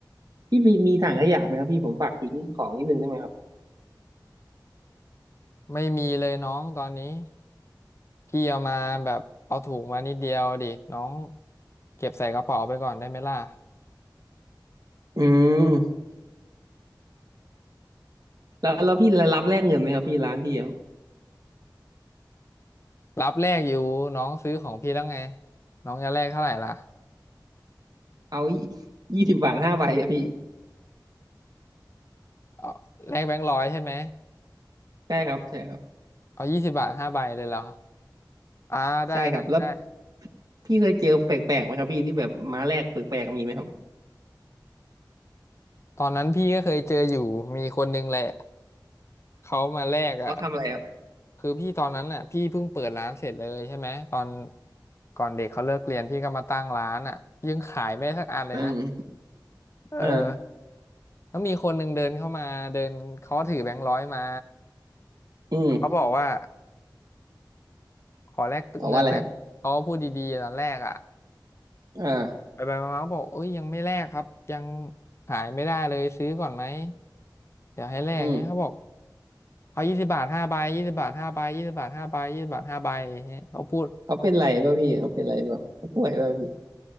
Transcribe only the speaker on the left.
ไม่มีเลยน้องตอนนี้ พี่เอามาแบบเอาถุงมานิดเดียวดิน้องเก็บใส่กระเป๋าไปก่อนได้ไหมล่ะ
รับแลกอยู่น้องซื้อของพี่แล้วไงน้องจะแลกเท่าไหร่ล่ะ
เอาแลกแบงค์ร้อยใช่ไหม
เอายี่สิบบาทห้าใบเลยเหรออ่าได้ได้ได้
ตอนนั้นพี่ก็เคยเจออยู่มีคนนึงแหละเขามาแลกอ่ะ
คือพี่ตอนนั้นอ่ะพี่เพิ่งเปิดร้านเสร็จเลยใช่ไหมตอนก่อนเด็กเขาเลิกเรียนพี่ก็มาตั้งร้านอ่ะยังขายไม่ได้สักอันเลยนะ
เออ
แล้วมีคนหนึ่งเดินเข้ามาเดินเขาถือแบงค์ร้อยมา
เขาบอกว่าขอแลกเงินหน่อยเขาก็พูดดีๆตอนแรกอ่ะ
ไปไปมาๆก็บอกเอ้ยยังไม่แลกครับยังขายไม่ได้เลยซื้อก่อนไหมเดี๋ยวให้แลกเงี้ยเขาบอก
เขายี่สิบบาทห้าใบยี่สิบบาทห้าใบยี่สิบบาทห้าใบยี่สิบบาทห้าใบอย่างเงี้ยเขาพูด